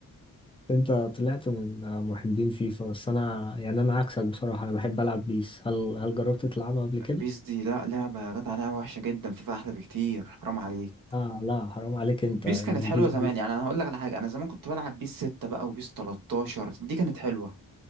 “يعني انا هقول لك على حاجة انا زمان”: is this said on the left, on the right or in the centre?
Right